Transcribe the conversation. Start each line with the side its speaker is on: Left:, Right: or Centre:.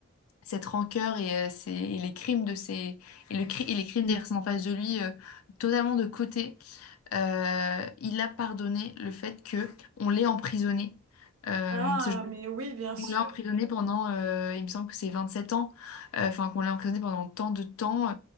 Left: cette rancœur et, euh, ses- et les crimes de ses et, le cri- et les crimes des personnes en face de lui euh, totalement de côté. Euh, il a pardonné le fait que on l'ait emprisonné. Euh,
Right: Ah,
Left: ce-
Right: mais oui, bien sûr.
Left: on l'a emprisonné pendant, euh, il me semble que c'est vingt-sept ans, Euh, enfin qu'on l'a emprisonné pendant tant de temps,